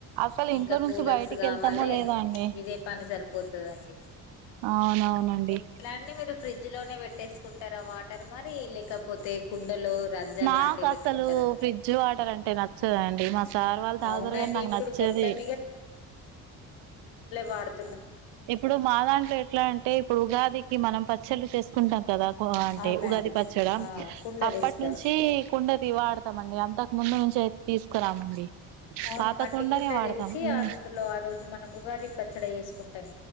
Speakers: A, on the right (about 65°); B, on the left (about 70°).
A: అసలు
B: ఇంకా
A: ఇంట్లో
B: కూలర్స్
A: నుంచి బయటికి
B: కావాలి
A: వెళ్తామో లేదా అండి
B: ఇదే పని సరిపోతుందిండి
A: అవునవునండి
B: ఎలా మీ ఫ్రిడ్జ్ లోనే పెట్టేసుకుంటారుా వాటర్ మరి లేకపోతే కుండలో రంజన్
A: మాకు
B: లాంటివి
A: అసలు
B: పెట్టుకుంటార
A: ఫ్రిడ్జ్ వాటర్ అంటే నచ్చదండి మా సార్ వాళ్ళు దాగుతారు
B: అవునండి
A: కానీ నాకు
B: ఇప్పుడు
A: నచ్చేది
B: మొత్తం వాడు
A: ఇప్పుడు మా దాంట్లో ఎట్లా అంట అంటే ఇప్పుడు ఉగాదికి మనం పచ్చళ్ళు చేసుకుంటాం కదా అంటే
B: అవునండి
A: ఉగాది పచ్చడి ఆ
B: కుండ
A: అప్పటి
B: తెస్తాం
A: నుంచి కుండది వాడ ఇస్తమండి అంతకు ముందు నుంచి అయితే తీసుకురామండి
B: అవును
A: పాత
B: మట్టికుండ
A: కుండనే వాడతాం
B: తెచ్చి
A: ఉమ్
B: అందులో ఆ రోజు మనం ఉగాది పచ్చడి వేసుకుంటాం